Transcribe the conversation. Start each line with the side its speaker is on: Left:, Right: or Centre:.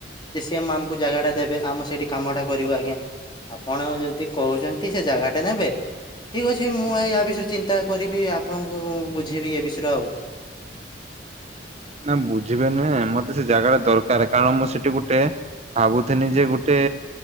Left: ଯେ ସିଏ ମାମକୁ ଜାଗାଟା ଦେବେ ଆମ ସେଇଠି କାମଟା କରିବୁ ଆଜ୍ଞା। ଆପଣ ଯଦି କହୁଛନ୍ତି ସେ ଜାଗାଟା ନେବେ। ଠିକ୍ ଅଛି ମୁଁ ୟା ବିଷୟରେ ଚିନ୍ତା କରିବି ଆପଣଙ୍କୁ ମୁଁ ବୁଝେଇବି ଏ ବିଷୟରେ ଆଉ।
Right: ନା ବୁଝିବେ ନୁହେଁ ମତେ ସେ ଜାଗାଟା ଦରକାର କାରଣ ମୁଁ ସେଠି ଗୁଟେ ଭାବୁଥିଲି ଯେ ଗୁଟେ